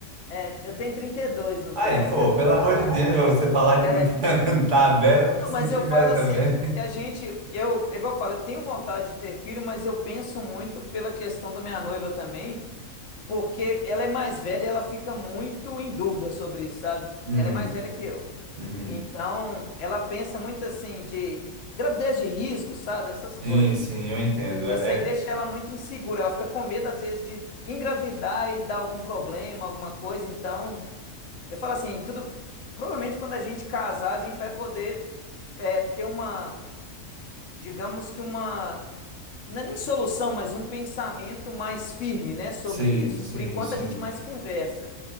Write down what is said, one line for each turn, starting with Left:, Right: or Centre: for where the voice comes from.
Left: É, eu tenho 32 no
Right: Aí,
Left: caso.
Right: pô, pelo amor de Deus, você falar
Left: <laughs>
Right: que não tá, <laughs> tá velho, eu vou
Left: Não,
Right: me sentir
Left: mas eu falo
Right: velho
Left: assim,
Right: também.
Left: o que a gente, eu, igual eu falo, eu tenho vontade de ter filho, mas eu penso muito pela questão da minha noiva também, porque ela é mais velha e ela fica muito em dúvida sobre isso, sabe?
Right: Uhum,
Left: Ela é mais velha que eu.
Right: uhum.
Left: Então, ela pensa muito assim de gravidez de risco, sabe? Essas coisas.
Right: Sim, sim, eu entendo.
Left: Isso
Right: É,
Left: aí
Right: é-
Left: deixa ela muito insegura, ela fica com medo às vezes de engravidar e dar algum problema, alguma coisa. Então, eu falo assim, tudo, provavelmente quando a gente casar, a gente vai poder é, ter uma digamos que uma, não é nem solução, mas um pensamento mais firme, né, sobre
Right: sim,
Left: isso.
Right: sim,
Left: Por enquanto
Right: sim.
Left: a gente mais conversa,